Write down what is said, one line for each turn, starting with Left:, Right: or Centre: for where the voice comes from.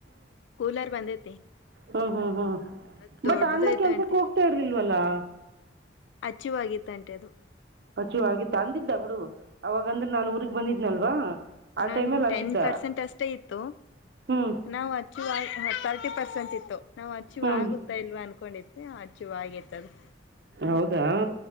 Left: ಕೂಲರ್ ಬಂದೈತಿ
Right: ಹ್ಮ್ ಹ್ಮ್ ಹ್ಮ್
Left: ಅದ್ ದೊಡ್ಡದೈತೆ
Right: ಬಟ್ ಅಣ್ಣ ಕೆನ್ಸಕ್
Left: ಆಂಟಿ
Right: ಹೋಗ್ತಾ ಇರ್ಲಿಲ್ವಲ್ಲಾ
Left: ಅಚ್ಚಿವಾಗಿತ್ತಂಟೆ ಅದು
Right: ಪಚು ಆಗಿತ್ತು ಅಂದಿದ್ದ ಅವಳ ಅವಾಗಂದ್ರೆ ನಾನ್ ಊಗ್ ಬಂದಿದ್ನಲ್ವಾ ಆ
Left: ಇನ್ನೊಂದು
Right: ಟೈಮಲ್ಲಿ
Left: ಟೆನ್
Right: ಅಂದಿದ್ದ
Left: ಪರ್ಸೆಂಟ್ ಅಷ್ಟೇ ಇತ್ತು
Right: ಹ್ಞೂ
Left: ನಾವು ಅಚ್ಚ ತರ್ಟಿ ಪರ್ಸೆಂಟ್ ಇತ್ತು ನಾವು ಅಚ್ಚಿವ್
Right: ಹ್ಞೂ
Left: ಆಗುತ್ತಾ ಇಲ್ವಾ ಅನ್ಕೊಂಡಿದ್ವಿ ಅಚ್ಚಿವ್ ಆಗಿತ ಅದು
Right: ಹೌದಾ